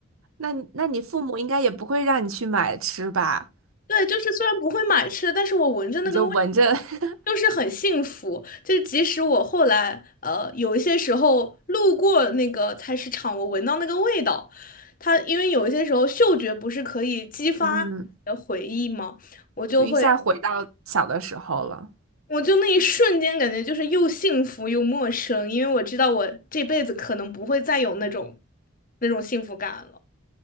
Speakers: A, on the right (about 80°); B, on the left (about 40°).
A: 那你那你父母应该也不会让你去买吃吧？
B: 对，就是虽然不会买吃的，但是我闻着那个味，
A: 你就闻着，<laughs>
B: 就是很幸福。就是即使我后来呃有一些时候路过那个菜市场，我闻到那个味道，它因为有一些时候嗅觉不是可以激发你的回忆吗？
A: 嗯，
B: 我就会，
A: 就一下回到小的时候了。
B: 我就那一瞬间感觉就是又幸福又陌生，因为我知道我这辈子可能不会再有那种那种幸福感了。